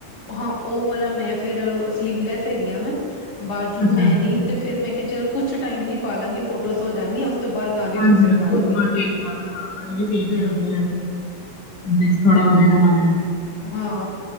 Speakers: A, on the left; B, on the left.
A: ਹਾਂ ਉਹ ਵਾਲਾ ਮੈਂ ਫੇਰ ਸਲੀਵਲੈਸ ਹੈਗੀ ਆ ਵੈ ਬਾਜੂ
B: ਅੱਛਾ।
A: ਹੈ ਨੀ। ਤੇ ਫਿਰ ਮੈਂ ਕਿਹਾ ਚੱਲ ਕੁਛ ਟਾਈਮ ਲਈ ਪਾ ਲਾਂਗੀ ਫੋਟੋਜ਼ ਹੋ ਜਾਣੀਆਂ ਉਸ ਤੋਂ ਬਾਅਦ ਨਾਲ ਹੀ
B: ਹਾਂਜੀ
A: ਦੂਸਰੇ
B: ਹਾਂਜੀ
A: ਪਾ ਲਾਂਗੀ
B: ਉਸ ਤੋਂ ਬਾਅਦ ਚੇਂਜ <unintelligible> ਠੀਕ
A: ਹੂੰ
B: ਆ ਵਧੀਆ। <unintelligible> ਥੋੜਾ ਹੋਜੇਗਾ ਨਾਲੇ।
A: ਹਾਂ।